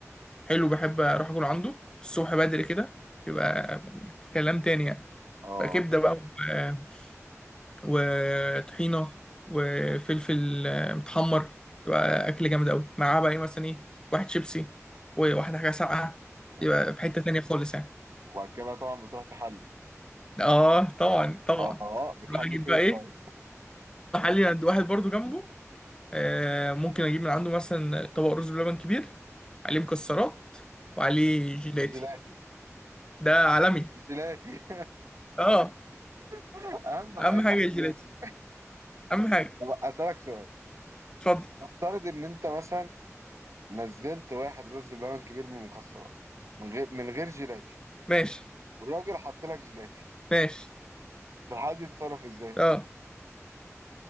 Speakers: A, on the left; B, on the right.
A: حلو بحب اروح اكل عنده الصبح بدري كده يبقى كلام تاني يعني
B: اه
A: بقى كبدة بقى و- وطحينة وفلفل آه، متحمر تبقى أكل جامد أوي معاه بقى إيه مثلا إيه واحد شيبسي وواحدة حاجة ساقعة
B: مثلا
A: يبقى في حتة تانية خالص يعني
B: وبعد كده بقى طبعا بتروح تحلي
A: آه طبعا طبعا
B: اه آه، بتحلي
A: أروح أجيب
B: فين
A: بقى إيه
B: طبعا
A: محلي عند واحد برضو جنبه آه، ممكن اجيب من عنده مثلا طبق رز بلبن كبير عليه مكسرات وعليه جيلاتي
B: جيلاتي
A: ده عالمي
B: جيلاتي
A: اه
B: <laughs> اهم حاجه
A: اهم حاجه الجيلاتي
B: جيلاتي
A: اهم حاجه
B: طب اسالك سؤال
A: اتفضل
B: افترض ان انت مثلا نزلت واحد رز بلبن كبير من المكسرات من غير من غير جيلاتي
A: ماشي
B: والراجل حط لك جيلاتي
A: ماشي
B: فالحد يتصرف ازاي
A: اه